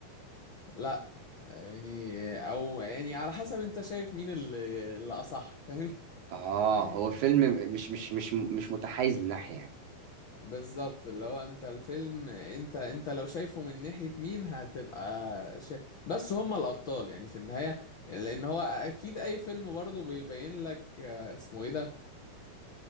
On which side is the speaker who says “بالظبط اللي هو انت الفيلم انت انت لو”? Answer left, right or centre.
Left